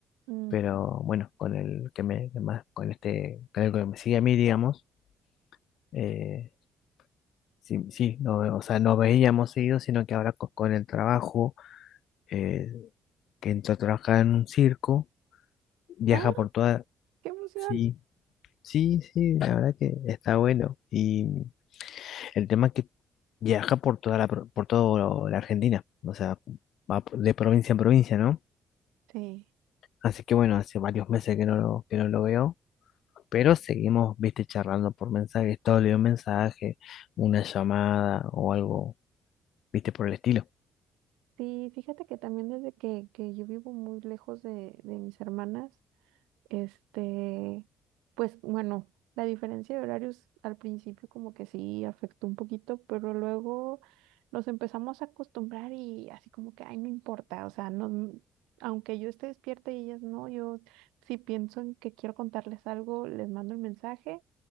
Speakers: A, on the right (about 80°); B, on the left (about 70°).
A: Mm.
B: pero bueno, con el que me, que más, con este, con el que me sigue a mí, digamos, eh, sí, sí, no, ve- o sea, no veíamos seguido, sino que ahora co- con, el trabajo, eh, que entró a trabajar en un circo, viaja
A: Ah,
B: por toda,
A: qué emoción.
B: sí, sí, sí, la verdad que está bueno, y el tema es que viaja por toda la, pro- por toda la Argentina, o sea, va de provincia en provincia, ¿no?
A: Sí,
B: Así que bueno, hace varios meses que no lo, que no lo veo. Pero seguimos, viste, charlando por mensajes, todo le un mensaje, una llamada o algo, viste, por el estilo.
A: sí, fíjate que también desde que, que yo vivo muy lejos de, de mis hermanas, Este, pues bueno, la diferencia de horarios al principio como que sí afectó un poquito, pero luego nos empezamos a acostumbrar y así como que, ay, no importa, o sea, no, aunque yo esté despierta y ellas no, yo si pienso en que quiero contarles algo, les mando el mensaje